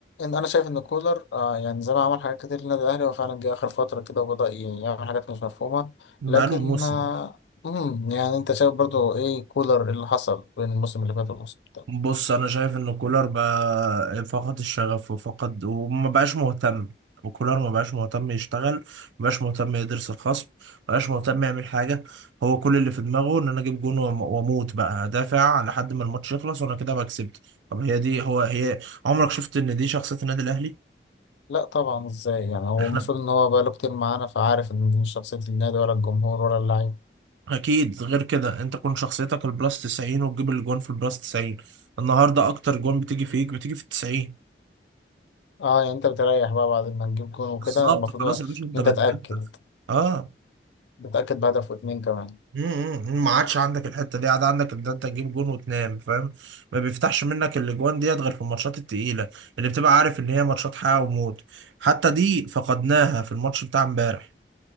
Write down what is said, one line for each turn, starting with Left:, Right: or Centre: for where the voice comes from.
Left: أنا شايف إن كولر آه، يعني زي ما عمل حاجات كتير للنادي الأهلي هو فعلا جه آخر فترة كده وبدأ يعمل حاجات مش مفهومة
Right: بقاله
Left: لكن
Right: موسم
Left: آه، مم، يعني أنت شايف برضو إيه كولر اللي حصل بين الموسم اللي فات والموسم ده
Right: بص انا شايف ان كولر بقى فقد الشغف وفقد وما بقاش مهتم وكولر ما بقاش مهتم يشتغل ما بقاش مهتم يدرس الخصم ما بقاش مهتم يعمل حاجه هو كل اللي في دماغه ان انا اجيب جون وأم- واموت بقى دافع لحد ما الماتش يخلص وانا كده بقى كسبت طب هي دي هو هي عمرك شفت ان دي شخصيه النادي الاهلي
Left: لا طبعا إزاي يعني هو
Right: احنا
Left: المفروض إن هو بقاله كتير معانا فعارف إن دي مش شخصية النادي ولا الجمهور ولا اللعيب
Right: اكيد غير كده انت كون شخصيتك البلاس 90 وتجيب الجون في البلاس 90 النهارده اكتر جون بتيجي فيك بتيجي في ال 90
Left: أه يعني أنت بتريح بقى بعد ما تجيب جون وكده
Right: بالظبط
Left: المفروض
Right: خلاص يا باشا انت
Left: إن أنت
Right: بت-
Left: تأكد
Right: انت اه
Left: بتأكد بهدف واتنين كمان
Right: امم ما عادش عندك الحته دي عاد عندك ان انت تجيب جون وتنام فاهم ما بيفتحش منك الاجوان ديت غير في الماتشات التقيله اللي بتبقى عارف ان هي ماتشات حياه وموت حتى دي فقدناها في الماتش بتاع امبارح